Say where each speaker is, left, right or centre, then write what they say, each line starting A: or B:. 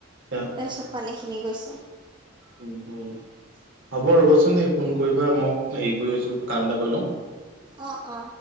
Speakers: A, on the right; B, on the right.
A: এ
B: তাৰপিছত পানী খিনি গৈছে
A: উম, উম। হ'ব ৰ'বচোন ফোন কৰিবা মই হেৰি কৰি আছো কাম এটা কৰি লওঁ
B: অ অ